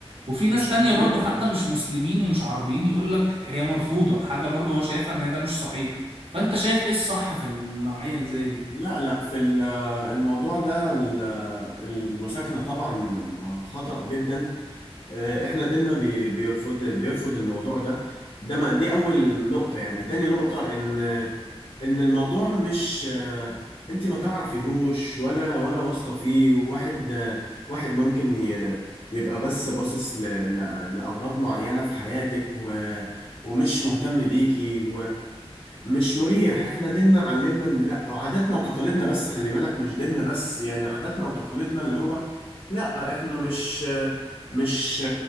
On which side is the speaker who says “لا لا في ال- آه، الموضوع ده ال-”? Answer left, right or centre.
Left